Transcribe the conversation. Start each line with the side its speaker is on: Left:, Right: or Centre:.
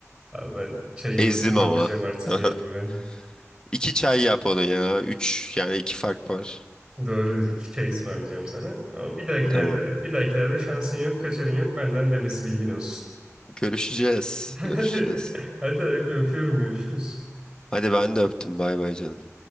Centre: Abi ben çayımı
Left: Ezdim
Centre: ısmarlayacağım
Left: ama.
Centre: artık
Left: <laughs>
Centre: mecburen.
Left: İki çay yap onu ya. Üç yani iki fark var.
Centre: Doğrudur. İki çay ısmarlayacağım sana. Ama bir dahakilerde,
Left: Tamam.
Centre: bir dahakilerde şansın yok, kaçarın yok. Benden demesi bilgin olsun.
Left: Görüşeceğiz.
Centre: <laughs> Hadi.
Left: Görüşeceğiz.
Centre: Hadi abi, öpüyorum. Görüşürüz.
Left: Hadi ben de öptüm. Bay bay canım.